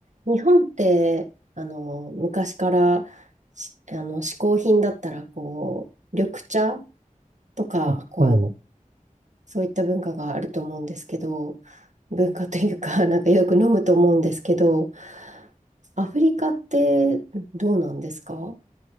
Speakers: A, on the right; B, on the right.
A: 日本って、あの、昔からし、あの、嗜好品だったら、こう、緑茶とか、
B: あ、
A: こう、
B: はい。
A: そういった文化があると思うんですけど、文化というか、<laughs> なんかよく飲むと思うんですけど、アフリカってどうなんですか